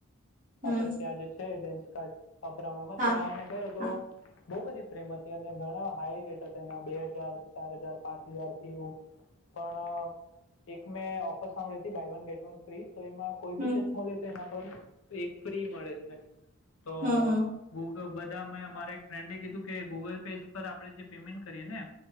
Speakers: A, on the right; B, on the left.
A: હમ
B: આપડે ત્યાં જે છે લેશકાડૅ અબ્રમામાં
A: હા
B: ત્યાં અમે ગયો તો.
A: હા
B: બઉ બધી ફ્રેમ હતી અને ઘણા હાઈ રેટ હતા એના બે હજાર ચાર હજાર પાંચ હજાર થી. પણ એક મેં ઓફર સાંભળી હતી buy one get one free. તો એમાં કોઈ
A: હમ
B: બી ચશ્મો લે તો એના પર એક ફ્રી મળે છે. તો
A: હમ હમ
B: ગૂગલ બસ બધા મેં મારી એક ફ્રેન્ડે કીધું કે ગૂગલ પે પર આપણે જે પેમેન્ટ કરીએ ને.